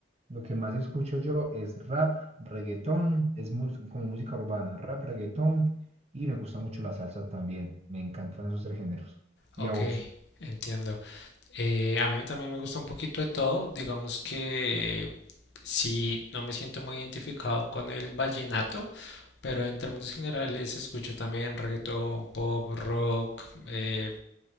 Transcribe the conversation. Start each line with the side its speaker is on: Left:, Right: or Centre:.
Right: lo que más escucho yo es rap, reggaetón, es mus- como música urbana, rap, reggaetón y me gusta mucho la salsa también. Me encantan esos tres géneros. ¿Y
Left: Ok,
Right: a vos?
Left: entiendo. Eh, a mí también me gusta un poquito de todo. Digamos que Sí, no me siento muy identificado con el vallenato, pero en términos generales escucho también reggaetón, pop, rock, eh,